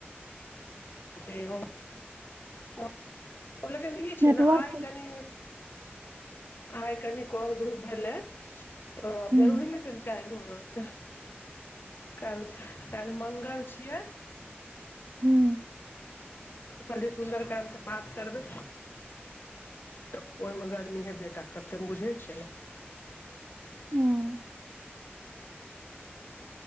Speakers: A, on the left; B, on the right.
A: छिही हम ओ लेकिन ई छै
B: नेटवर्क
A: ने आइ कनि आइ कनि कम धूप भेलै ओ
B: हुँ,
A: जरूरी नै छै काल्हि ओ रहतै काल्हि काल्हि मंगल छियै
B: हूँ
A: पंडित सुन्दरकाण्ड के पाठ करबै तऽ ओइमे गर्मी हेबेटा करतै हम बुझै छियै ना
B: हूँ